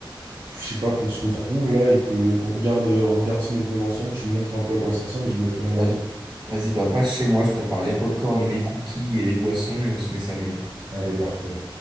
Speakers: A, on the right (about 40°); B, on the right (about 60°).
A: je sais pas, qu'on se retrouve là et que qu'on regarde, euh, on regarde Snowfall ensemble, tu montres un peu à quoi ça ressemble et je me fais mon
B: vois.
A: avis.
B: Va- Vas-y, bah, passe chez moi, je prépare les pop les cookies et les boissons et on se met ça bien.
A: Allez, parfait.